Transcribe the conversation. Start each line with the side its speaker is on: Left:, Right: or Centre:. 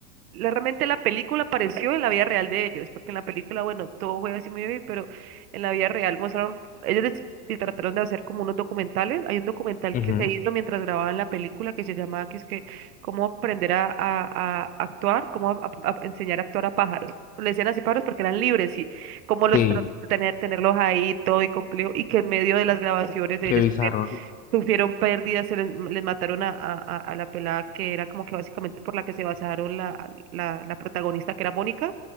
Right: la- Realmente la película pareció en la vida real de ellos, porque en la película, bueno, todo fue así muy bien, pero en la vida real mostraron, ellos des- se trataron de hacer como unos documentales. Hay un documental
Left: Ujú,
Right: que se hizo mientras grababan la película que se llamaba, que es que, cómo aprender a, a- a actuar, cómo a- a- a enseñar a actuar a pájaros. Le decían así pájaros porque eran libres y cómo los
Left: Sí,
Right: tra- tener, tenerlos ahí todo y complejo, y que en medio de las grabaciones de
Left: qué
Right: ellos
Left: bizarro,
Right: Sufrieron pérdidas, se les, les mataron a, a- a- a la pelada que era como que básicamente por la que se basaron la, la, la protagonista que era Mónica,